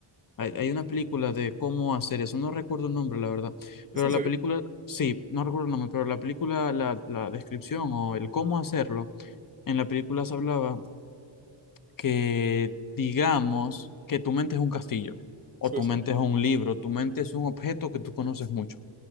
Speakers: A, on the left; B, on the right.
A: Hay, hay una película de cómo hacer eso. No recuerdo el nombre, la verdad.
B: ¿Es
A: Pero
B: en
A: la
B: serio?
A: película, sí, no recuerdo el nombre, pero la película, la, la descripción o el cómo hacerlo, en la película se hablaba que digamos que tu mente es un castillo, o
B: Sí,
A: tu
B: sí,
A: mente es un libro, tu mente es un objeto que tú conoces mucho,